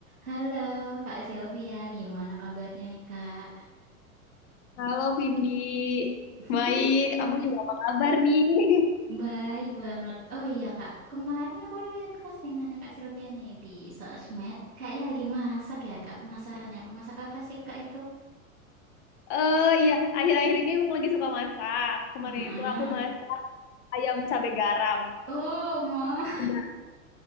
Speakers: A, on the right; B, on the left.
A: Halo Kak Sylvia, gimana kabarnya nih Kak?
B: Halo Vindi,
A: <laughs>
B: baik. Kamu juga apa kabar nih? <laughs>
A: Baik banget. Oh iya Kak, kemarin aku lihat postingannya Kak Sylvia nih di sosmed. Kayaknya lagi masak ya Kak, penasaran ya. Aku masak apa sih Kak itu?
B: Eh iya, akhir-akhir ini emang lagi suka masak. Kemarin
A: Heeh.
B: itu aku masak ayam cabai garam.
A: Oh, mau.
B: Nah,